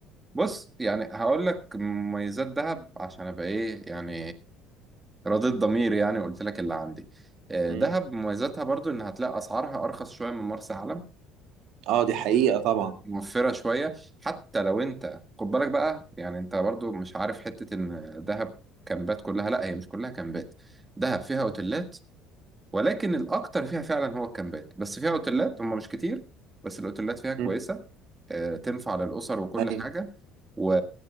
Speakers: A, on the right; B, on the right.
A: بص يعني هقول لك مميزات دهب عشان ابقى ايه يعني رضيت ضميري يعني وقلت لك اللي عندي آه،
B: مم.
A: دهب مميزاتها برضو ان هتلاقي اسعارها ارخص شوية من مرسى علم
B: اه دي حقيقة طبعا
A: موفرة شوية حتى لو انت خد بالك بقى يعني انت برضو مش عارف حتة ان دهب كامبات كلها لا هي مش كلها كامبات دهب فيها اوتيلات ولكن الاكتر فيها فعلا هو الكامبات بس فيها اوتيلات هم مش كتير بس الاوتيلات فيها كويسة
B: مم.
A: آه، تنفع للاسر وكل
B: أيوة.
A: حاجة و...